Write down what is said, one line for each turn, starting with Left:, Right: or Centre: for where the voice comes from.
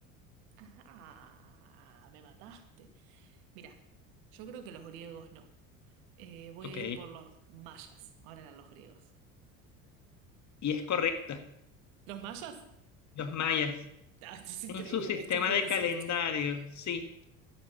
Right: Ah, me mataste. Mirá, yo creo que los griegos no. Eh, voy
Left: Ok,
Right: a ir por los mayas. Ahora eran los griegos.
Left: y es correcta,
Right: ¿Los mayas? <laughs>
Left: los mayas.
Right: Ah, esto es increíble,
Left: En su sistema
Right: esto fue
Left: de
Right: de
Left: calendario,
Right: suerte.
Left: sí,